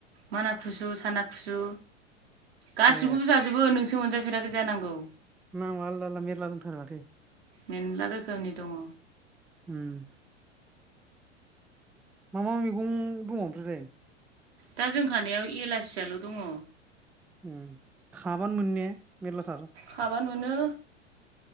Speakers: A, on the right (about 60°); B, in the centre.
A: माना खुसु साना खुसु गासिखौबो
B: ए
A: जाजोबो नोंसो मोनजा फेराखै जानांगौ।
B: नामा आलदा आलदा मेरला दंथारो।
A: मेरला रोखोमनि दङ।
B: उम्म मा मा मैगं दङ ओमफ्रायलाय?
A: दा जोंखानायाव एलासियाल' दङ।
B: उम्म खाबानो मोनोने मेर्लाथार?
A: खाबानो मोनो।